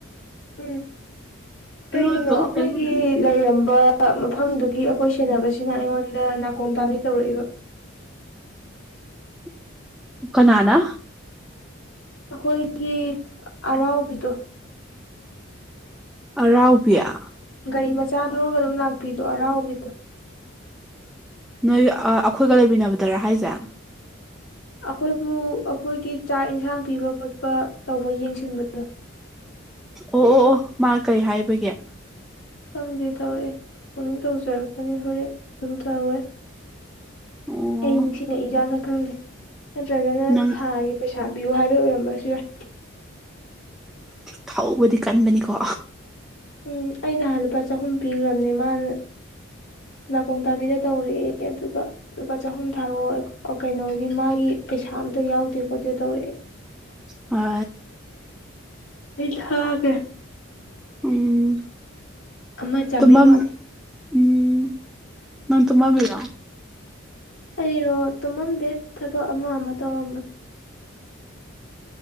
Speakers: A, on the left (about 70°); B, in the centre.
A: ꯎꯝ ꯀꯩꯒꯤꯅꯣ
B: ꯑꯣꯏꯕ ꯈꯛꯇꯪ
A: ꯑꯩꯈꯣꯏꯒꯤ ꯂꯩꯔꯝꯕ ꯃꯐꯝꯗꯨꯒꯤ ꯑꯩꯈꯣꯏ ꯁꯦꯟꯅꯕꯁꯤꯅ ꯑꯩꯉꯣꯟꯗ ꯅꯥꯀꯣꯡ ꯇꯥꯕꯤ ꯇꯧꯔꯛꯏꯕ
B: <inaudible> ꯀꯅꯥꯅꯥ
A: ꯑꯩꯈꯣꯏꯒꯤ ꯑꯔꯥꯎꯕꯤꯗꯣ
B: ꯔꯥꯎꯕꯤꯌꯥ
A: ꯀꯔꯤ ꯃꯆꯥ ꯊꯧꯔꯒ ꯑꯗꯨꯝ ꯂꯥꯛꯄꯤꯗꯣ ꯑꯔꯥꯎꯕꯤꯗꯣ
B: ꯅꯣꯏ ꯑꯩꯈꯣꯏꯒ ꯂꯩꯃꯤꯟꯅꯕꯗꯔꯥ ꯍꯥꯏꯁꯦ
A: ꯑꯩꯈꯣꯏꯕꯨ ꯑꯩꯈꯣꯏꯒꯤ ꯆꯥꯛ ꯏꯟꯁꯥꯡ ꯄꯤꯕ ꯈꯣꯠꯄ ꯇꯧꯕ ꯌꯦꯡꯁꯤꯟꯕꯗꯣ
B: ꯑꯣ ꯑꯣ ꯑꯣ ꯃꯥ ꯀꯩ ꯍꯥꯏꯕꯒꯦ
A: ꯈꯪꯗꯦ ꯇꯧꯔꯛꯑꯦ ꯄꯨꯧꯛꯅꯤꯡ ꯇꯧꯖꯔꯛꯀꯅꯤ ꯍꯣꯔꯦꯟ ꯑꯗꯨꯝ ꯇꯧꯋꯦ
B: ꯑꯣ
A: ꯑꯩ ꯅꯤꯡꯁꯤꯡꯉꯛꯏꯖꯥꯠꯂ ꯈꯪꯗꯦ ꯅꯠꯇ꯭ꯔꯒꯅ
B: ꯅꯪ
A: ꯊꯥꯒꯤ ꯄꯩꯁꯥ ꯊꯥꯕꯤꯌꯣ ꯍꯥꯏꯕ ꯑꯣꯏꯔꯝꯕꯁꯨ ꯌꯥꯏ
B: ꯊꯥꯎꯧꯕꯗꯤ ꯀꯟꯕꯅꯤꯀꯣ
A: ꯎꯝ ꯑꯩ ꯅꯍꯥꯟ ꯂꯨꯄꯥ ꯆꯍꯨꯝ ꯄꯤꯈ꯭ꯔꯕꯅꯦ ꯃꯥꯅ ꯅꯥꯀꯣꯡ ꯇꯥꯕꯤꯗ ꯇꯧꯔꯛꯑꯦ ꯑꯗꯨꯒ ꯂꯨꯄꯥ ꯆꯍꯨꯝ ꯊꯥꯔꯛꯑꯣ ꯀꯩꯅꯣꯒꯤ ꯃꯥꯒꯤ ꯄꯩꯁꯥ ꯑꯝꯇ ꯌꯥꯎꯗꯦ ꯈꯣꯠꯇꯦ ꯇꯧꯔꯛꯑꯦ
B: ꯍ
A: ꯑꯩ ꯊꯥꯒ꯭ꯔꯦ
B: ꯎꯝ
A: ꯑꯃ ꯆꯥꯃ꯭ꯔꯤ
B: ꯇꯨꯝꯃꯝ
A: ꯋꯥꯠꯂꯤꯦ
B: ꯎꯝ ꯅꯪ ꯇꯨꯝꯃ ꯕꯤꯔꯣ
A: ꯑꯩꯔꯣ ꯇꯨꯝꯃꯝꯗꯦ ꯊꯕꯛ ꯑꯃ ꯑꯃ ꯇꯧꯔꯝꯕꯅꯦ